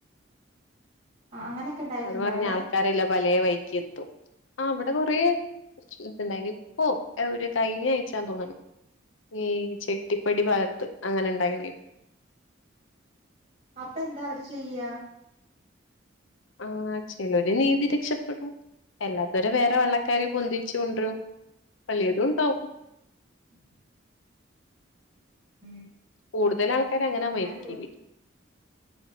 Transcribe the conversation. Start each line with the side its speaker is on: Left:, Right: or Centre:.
Right: ആഹ് അങ്ങനൊക്കെ ഇണ്ടായിട്ട്ണ്ടോ
Left: അത് മറിഞ്ഞ്
Right: അവിടെ
Left: ആൾക്കാരെല്ലാം പലേ വൈക്കി എത്തും ആഹ് ഇവിടെ കൊറേ ഷിപ്പ് ഇണ്ടായിന് ഇപ്പോ ഒരു കഴിഞ്ഞ ആയ്ച്ച തോന്ന്ണ് ഈ ചെട്ടിപ്പടി ഭാഗത്ത് അങ്ങനെ ഇണ്ടായിണ്
Right: അപ്പ എന്താ അവര് ചെയ്യ.
Left: ആഹ് ചലര് നീന്തി രക്ഷപ്പെടും. എല്ലാത്തവര വേറെ വള്ളക്കാരി പൊന്തിച്ച കൊണ്ടരും വലിയതുംണ്ടാവും.
Right: ഉം ഉം
Left: കൂടുതൽ ആൾക്കാര അങ്ങനെ
Right: എന്നാലും
Left: മരിക്കല്.